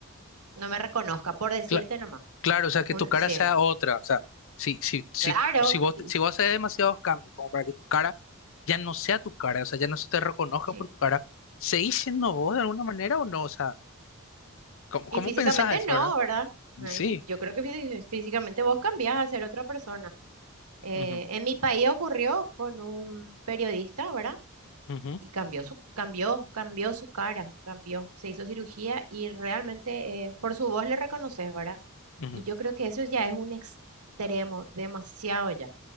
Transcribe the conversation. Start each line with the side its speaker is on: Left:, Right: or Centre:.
Right: no me reconozca, por decirte
Left: Cla-
Right: nomás.
Left: Claro, o sea, que
Right: Un,
Left: tu cara
Right: sí,
Left: sea otra. O sea, si, si, si,
Right: claro,
Left: si vos,
Right: y
Left: si
Right: s-
Left: vos haces demasiados cambios como para que tu cara ya no sea tu cara, o sea, ya no se te reconozca
Right: sí.
Left: por tu cara, ¿seguís siendo vos de alguna manera o no? O sea, ¿cómo,
Right: Y
Left: cómo
Right: físicamente
Left: pensás eso
Right: no,
Left: ahora?
Right: ¿verdad?
Left: Y
Right: Ay,
Left: sí.
Right: fí- yo creo que fí- físicamente vos cambiás a ser otra persona. Eh,
Left: Ujú,
Right: en mi país ocurrió con un periodista, ¿verdad?
Left: ujú,
Right: Y cambió su, cambió, cambió su cara, cambió, se hizo cirugía y realmente eh, por su voz le reconoces, ¿verdad?
Left: ujú,
Right: Y yo creo que eso ya es un extremo, demasiado ya